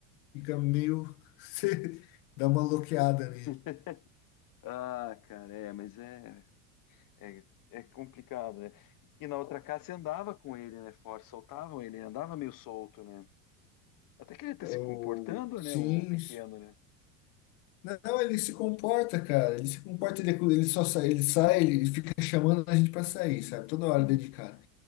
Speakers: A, on the left (about 70°); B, on the left (about 45°).
A: fica meio. <laughs> Você dá uma bloqueada
B: <laughs>
A: nele.
B: Ah, cara, é, mas é. É, é complicado, né? E na outra casa você andava com ele, né? Forte, soltavam ele, andava meio solto, né? Até que ele tá
A: É
B: se
A: O
B: comportando,
A: Sims.
B: né? O pequeno, né?
A: Não, ele se comporta, cara. Ele se comporta, ele, ele só sai, ele sai, ele fica chamando a gente pra sair, sabe? Toda hora
B: Sim.
A: dedicado.